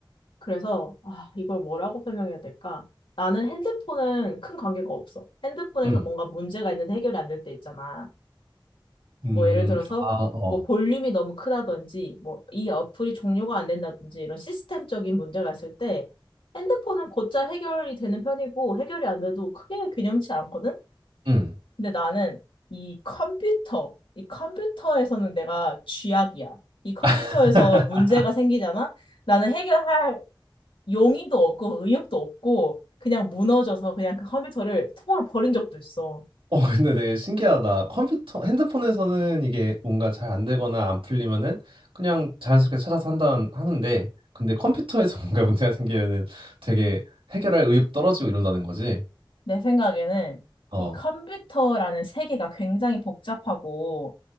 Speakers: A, on the left (about 80°); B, on the right (about 85°).
A: 그래서 아, 이걸 뭐라고 설명해야 될까? 나는 핸드폰은 큰 관계가 없어. 핸드폰에서
B: 응.
A: 뭔가 문제가 있는데 해결이 안 될 때 있잖아.
B: 음,
A: 뭐 예를 들어서
B: 아, 어.
A: 뭐 볼륨이 너무 크다든지 뭐 이 어플이 종료가 안 된다든지 이런 시스템적인 문제가 있을 때 핸드폰은 곧잘 해결이 되는 편이고 해결이 안 돼도 크게 균염치 않거든.
B: 응.
A: 근데 나는 이 컴퓨터, 이 컴퓨터에서는 내가 쥐약이야. 이 컴퓨터에서
B: <laughs>
A: 문제가 생기잖아? 나는 해결할 용의도 없고 의욕도 없고 그냥 무너져서 그냥 그 컴퓨터를 통으로 버린 적도 있어.
B: 어, 근데 되게 신기하다. 컴퓨터, 핸드폰에서는 이게 뭔가 잘 안 되거나 안 풀리면은 그냥 자연스럽게 찾아서 한다 하는데, 근데 컴퓨터에서 <laughs> 뭔가 문제가 생기면은 되게 해결할 의욕 떨어지고 이런다는 거지.
A: 내 생각에는
B: 어,
A: 이 컴퓨터라는 세계가 굉장히 복잡하고